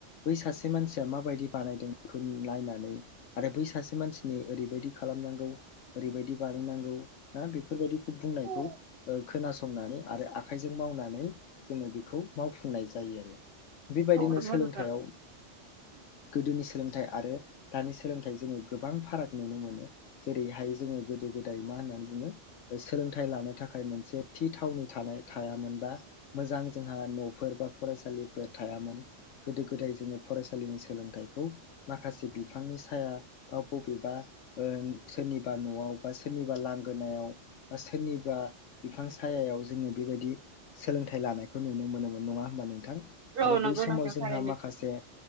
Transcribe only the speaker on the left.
बै सासे मानसिया माबायदि बानायदों बेखौ नायनानै आरो बै सासे मानसिनि ओरैबायदि खालामनांगौ ओरैबायदि बानायनांगौ ना बे <unintelligible> बुंनायखौ
ओ खोनासंनानै आरो आखाइजों मावनानै जोङो बेखौ मावुंनाय। जायो आरो बेबायदिनो
सोलोंथाइआव
गोदोनि सोलोंथाइ आरो दानि सोलोंथाइ जोङो गोबां फाराग नुनो मोनो जेरैहाय जोङो गोदो गोदाय मा होननानै बुङो? सोलोंथाइ लानो थाखाय मोनसे थि थावनि थानाय थायामोनबा मोजां जोंहा न'फोर बा फरायसालिफोर थायामोन। गोदो गोदाय जोङो फरायसालिनि सोलोंथाइखौ माखासे बिफांनि साया बा बबेबा ओ सोरनिबा न'आव बा सोरनिबा लांगोनायाव बा सोरनिबा बिफां साया याव जोङो बेबायदि सोलोंथाइ लानायखौ खौ नुनो मोनोमोन नङा होमबा नोंथां
आरो
बै समाव
जोंहा
माखासे